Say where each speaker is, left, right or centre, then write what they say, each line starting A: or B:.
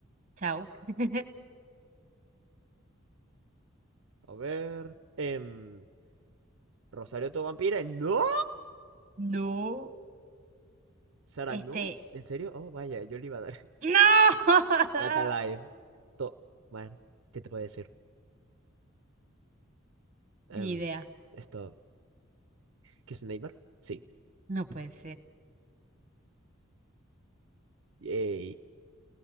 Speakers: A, on the right; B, on the right.
A: Chao. <laughs>
B: A ver. em, Rosario to Vampire. ¡No!
A: No.
B: Sara,
A: Este.
B: no. ¿En serio? Oh, vaya, yo le iba a dar. <laughs>
A: ¡No!
B: Ah,
A: <laughs>
B: Data Live. To- Bueno, ¿qué te puedo decir? Em,
A: Ni idea.
B: esto. ¿Kiss the Neighbor? Sí.
A: No puede ser.
B: Yay.